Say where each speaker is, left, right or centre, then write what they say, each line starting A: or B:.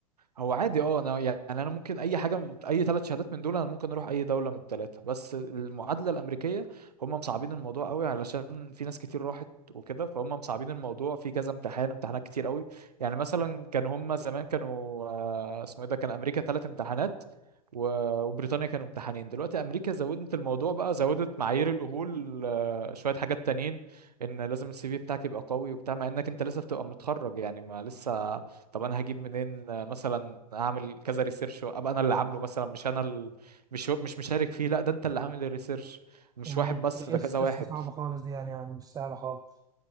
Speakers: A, on the right (about 80°); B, on the right (about 20°).
A: هو عادي اه انا يعني انا ممكن اي حاجه من اي ثلاث شهادات من دول انا ممكن اروح اي دوله من الثلاثه بس المعادله الامريكيه هم مصعبين الموضوع قوي علشان في ناس كتير راحت وكده فهم مصعبين الموضوع في كذا امتحان امتحانات كتير قوي يعني مثلا كان هم زمان كانوا آه، اسمه ايه ده كان امريكا ثلاث امتحانات و- وبريطانيا كانوا امتحانين دلوقتي امريكا زودت الموضوع بقى زودت معايير القبول آه، شويه حاجات تانيين ان لازم السي في بتاعك يبقى قوي وبتاع مع انك انت لسه بتبقى متخرج يعني ما لسه طب انا هجيب منين آه، مثلا اعمل كذا ريسيرش ابقى انا اللي عامله مثلا مش انا ال... مش مش مشارك فيه لا ده انت اللي عامل الريسيرش مش
B: مم.
A: واحد بس
B: ده
A: ده
B: اس
A: كذا واحد
B: اس صعبه خالص دي يعني يعني مش سهله خالص